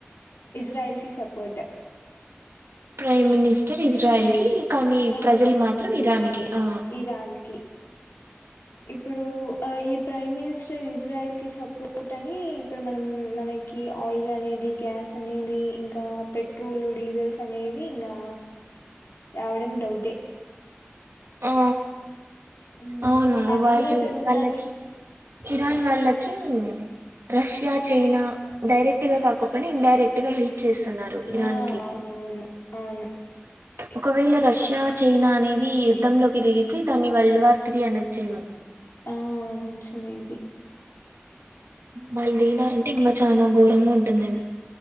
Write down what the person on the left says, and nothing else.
ఇజ్రాయల్ కి సపోర్ట్
ఆ
ఇరాన్ కి ఇప్పుడు ఈ ప్రైమ్ మినిస్టర్ ఇస్ ఇజ్రాయిల్కి సపోర్ట్ అని ఇప్పుడు మనం మనకి ఆయిల్ అనేది గ్యాస్ అనేది ఇంకా పెట్రోల్ డీజిల్స్ అనేవి ఇంకా రావడం డౌటే
మ్మ్
అది
కూడా జరుగుతాంది
ఆ
అవునవును అవును
ఆ అ నచ్చు మేబి